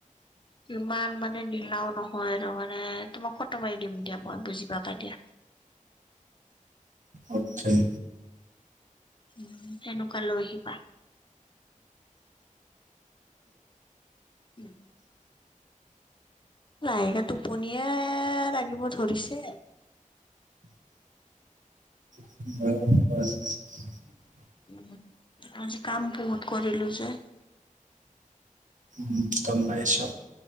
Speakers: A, on the left (about 35°); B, on the right (about 65°).
A: কিমান মানে নীলাও নহয় তামানে তোমাক কত দিম দিয়া মই বুজি পা তাদিয়া
B: অত্ছাই
A: উ, তেনেকুৱা লৈ আহিবা। <inaudible> লাহেকে টোপনিয়ে লাগিব ধৰিছে।
B: <inaudible>
A: উ, আজি কাম বহুত কৰিলো যে।
B: উ, গম পাইছো।